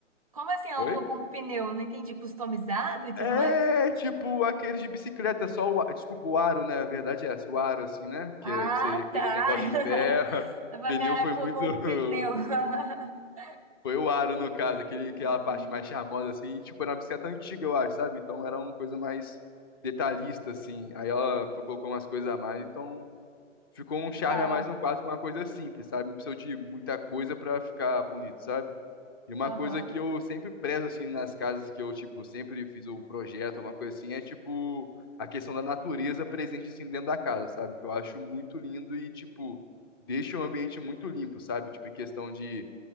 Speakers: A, on the right; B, on the left.
A: Como assim ela
B: Oi?
A: colocou um pneu? Eu Não entendi, customizado e tudo
B: É
A: mais?
B: tipo aqueles de bicicleta, só o. a- Desculpa, o aro, né? A verdade é essa, o aro, assim, né? Que,
A: Ah,
B: é- que seria aquele
A: tá.
B: negócio
A: <laughs>
B: de ferro. <laughs>
A: Eu falei,
B: Pneu
A: Caraca,
B: foi
A: colocou
B: muito. <laughs>
A: um pneu. <laughs>
B: Foi o aro, no caso, aquele, aquela
A: Entendi,
B: parte mais charmosa, assim. E, tipo, era uma bicicleta antiga, eu acho, sabe? Então era uma coisa mais detalhista, assim. Aí ela colocou umas coisas a mais, então ficou um charme
A: legal.
B: a mais no quadro com uma coisa simples, sabe? Não precisou de muita coisa pra ficar bonito, sabe? E uma
A: Aham.
B: coisa que eu sempre prezo, assim, nas casas que eu, tipo, sempre fiz um projeto, uma coisa assim, é, tipo, a questão da natureza presente, assim, dentro da casa, sabe? Que eu acho muito lindo e, tipo, deixa o ambiente muito limpo, sabe? Tipo, em questão de,